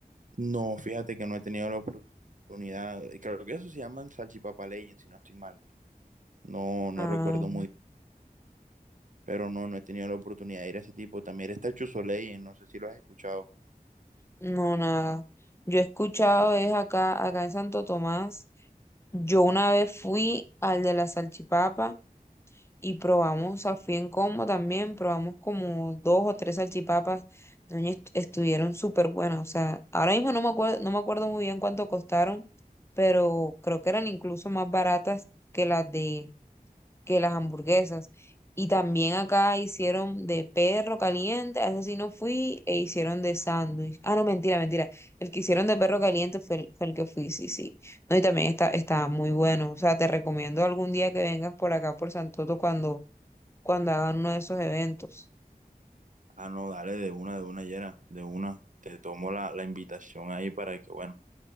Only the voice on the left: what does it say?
Ah,
no, nada. Yo he escuchado es acá, acá en Santo Tomás. Yo una vez fui al de la salchipapa y probamos, a fui en combo también, probamos como dos o tres salchipapas, doña, est- estuvieron súper buenas, o sea, ahora mismo no me acuerdo, no me acuerdo muy bien cuánto costaron, pero creo que eran incluso más baratas que las de, que las hamburguesas. Y también acá hicieron de perro caliente, a ese sí no fui, e hicieron de sándwich. Ah, no, mentira, mentira. El que hicieron de perro caliente fue el, fue el que fui, sí, sí. No, y también está, está muy bueno. O sea, te recomiendo algún día que vengas por acá, por Santoto, cuando, cuando hagan uno de esos eventos.